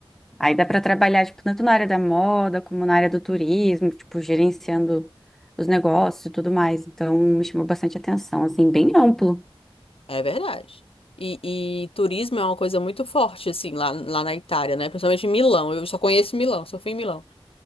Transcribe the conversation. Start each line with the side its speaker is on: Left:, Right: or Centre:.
Centre: Aí dá para trabalhar, tipo, tanto na área da moda como na área do turismo, tipo, gerenciando os negócios e tudo mais. Então, me chamou bastante atenção, assim, bem amplo.
Left: é verdade. E, e turismo é uma coisa muito forte, assim, lá, lá na Itália, né? Principalmente em Milão. Eu só conheço Milão, só fui em Milão.